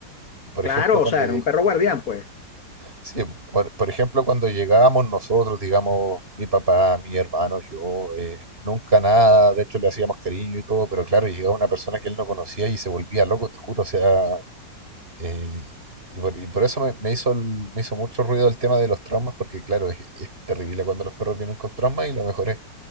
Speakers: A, on the right; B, on the left.
A: Por
B: claro,
A: ejemplo,
B: o
A: cuando
B: sea,
A: lleg-
B: era un perro guardián, pues.
A: sí, por, por ejemplo, cuando llegábamos nosotros, digamos, mi papá, mi hermano, yo, eh, nunca nada, de hecho le hacíamos cariño y todo, pero claro, llegaba una persona que él no conocía y se volvía loco, te juro, o sea, eh, y, por, y por eso me, me hizo el- me hizo mucho ruido el tema de los traumas, porque claro, es, es terrible cuando los perros vienen con traumas y lo mejor es,